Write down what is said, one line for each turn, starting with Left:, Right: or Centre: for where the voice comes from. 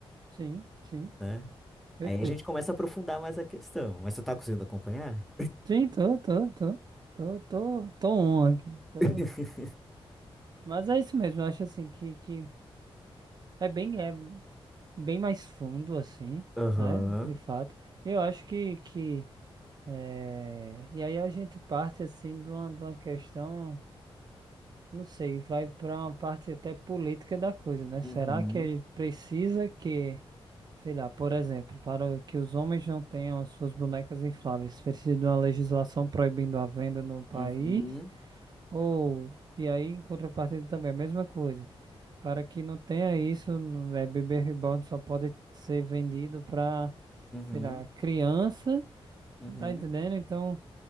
Right: Sim, sim,
Centre: né?
Right: perfeito.
Centre: Aí a gente começa a aprofundar mais a questão. Mas você tá conseguindo acompanhar?
Right: Sim, tô, tô, tô, tô, tô, tô on aqui. Tô...
Centre: <laughs>
Right: Mas é isso mesmo, eu acho assim que, que é bem, é bem mais fundo, assim,
Centre: Aham.
Right: né? De fato. Eu acho que, que É, e aí a gente parte assim de uma, de uma questão, não sei, vai para uma parte até política da coisa, né?
Centre: Uhum.
Right: Será que é, precisa que, sei lá, por exemplo, para que os homens não tenham as suas bonecas infláveis, precisa de uma legislação proibindo a venda no país?
Centre: Uhum.
Right: Ou, e aí em contrapartida também, a mesma coisa, para que não tenha isso, no- é, bebê reborn só pode ser vendido para,
Centre: Uhum.
Right: sei lá, criança,
Centre: Uhum.
Right: tá entendendo? Então.